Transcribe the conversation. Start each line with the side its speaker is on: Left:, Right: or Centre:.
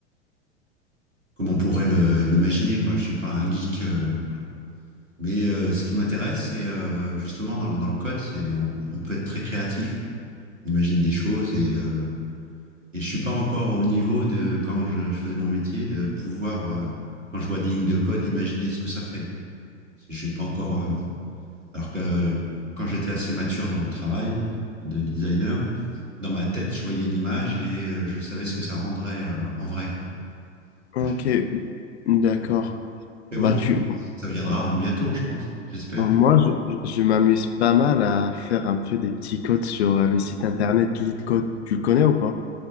Right: comme on pourrait le- l'imaginer, quoi. Je suis pas un geek. euh. Mais euh, ce qui m'intéresse, c'est euh, justement dans, dans le code, c'est on, on peut être très créatif. quoi. On imagine des choses et, euh, et je suis pas encore au niveau de quand je, je faisais mon métier de pouvoir euh, quand je vois des lignes de code imaginer ce que ça fait. Quoi. Je suis pas encore euh, alors que quand j'étais assez mature dans mon travail de designer, dans ma tête, je voyais une image et euh, je savais ce que ça rendrait euh, en vrai quoi.
Left: Ok,
Right: Là, j'ai pas-
Left: d'accord.
Right: Mais bon, mais
Left: Bah
Right: bon,
Left: tu,
Right: ça, ça viendra bientôt, je pense, j'espère.
Left: bah, moi je, je m'amuse pas mal à faire un peu des petits codes sur euh, le site internet LeetCode. Tu le connais ou pas?